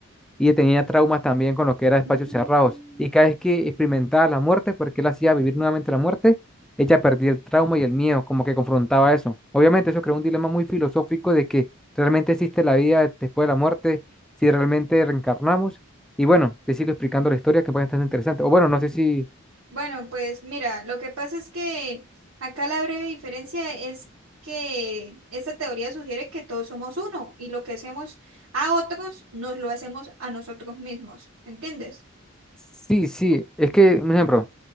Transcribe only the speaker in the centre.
y tenía traumas también con lo que era espacios
cerrados. Y cada vez que experimentaba la muerte, porque él hacía vivir nuevamente la muerte, ella perdía el trauma y el miedo, como que confrontaba eso. Obviamente eso creó un dilema muy filosófico de que realmente existe la vida después de la muerte, si realmente reencarnamos. Y bueno, te sigo explicando la historia que puede estar interesante. O bueno, no sé si...
Sí, sí, es que, un ejemplo,